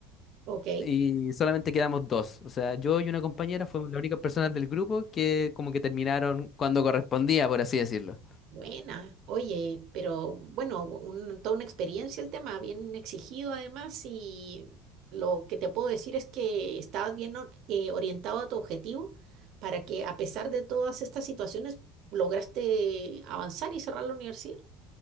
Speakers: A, on the right; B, on the left.
A: ok.
B: Y solamente quedamos dos. O sea, yo y una compañera fuimos las únicas personas del grupo que como que terminaron cuando correspondía, por así decirlo.
A: Buena, oye, pero bueno, un- toda una experiencia el tema, bien exigido además y lo que te puedo decir es que estabas bien or- eh, orientado a tu objetivo para que a pesar de todas estas situaciones lograste avanzar y cerrar la universidad.